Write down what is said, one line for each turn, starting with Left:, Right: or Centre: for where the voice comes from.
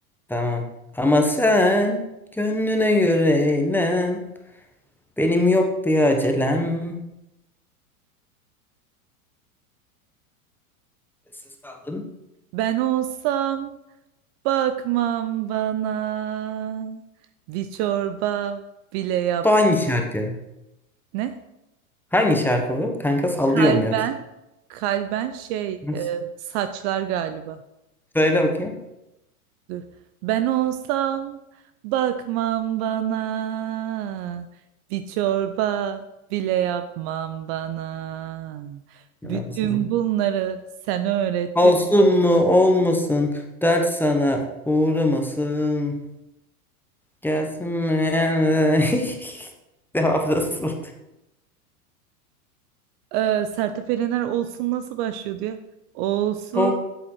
Centre: Tamam. Ama sen gönlüne göre eğlen. Benim yok bir acelem. Sessiz kaldım.
Right: Ben olsam bakmam bana. Bir çorba bile yap.
Centre: Bu hangi şarkı?
Right: Ne?
Centre: Hangi şarkı bu? Kanka sallıyor
Right: Kalben.
Centre: mu yoksa?
Right: Kalben şey
Centre: Nasıl?
Right: e, saçlar galiba.
Centre: Söyle bakayım.
Right: Dur. Ben olsam bakmam bana. Bir çorba bile yapmam bana. Bütün
Centre: Olsun
Right: bunları sen öğrettin.
Centre: Olsun mu olmasın dert sana uğramasın. Gelsin mi? <laughs> Cevap nasıldı?
Right: Ee, Sertab Erener olsun nasıl başlıyor diye. Olsun
Centre: O